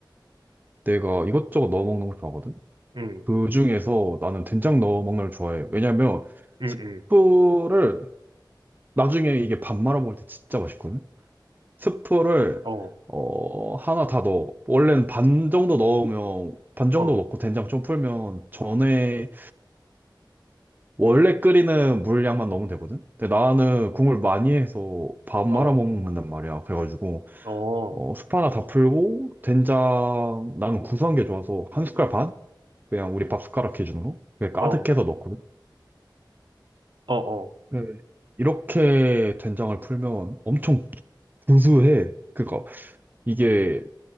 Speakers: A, on the right; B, on the right.
A: 내가 이것저것 넣어 먹는 걸 좋아하거든?
B: 응,
A: 그 중에서 나는 된장 넣어 먹는 걸 좋아해. 왜냐면
B: 응,
A: 스프를
B: 응.
A: 나중에 이게 밥 말아 먹을 때 진짜 맛있거든? 스프를
B: 어,
A: 어, 하나 다 넣어. 원래는 반 정도 넣으면, 반 정도
B: 어,
A: 넣고 된장 좀 풀면 전에 원래 끓이는 물 양만 넣으면 되거든? 근데 나는 국물 많이 해서 밥
B: 어,
A: 말아 먹는단 말이야. 그래가지고,
B: 어,
A: 어, 숯 하나 다 풀고, 된장, 나는 구수한 게 좋아서 한 숟갈 반? 그냥 우리 밥 숟가락 기준으로? 그냥 가득해서
B: 어,
A: 넣거든?
B: 어, 어,
A: 네. 이렇게 된장을 풀면 엄청 구수해. 그니까, 이게,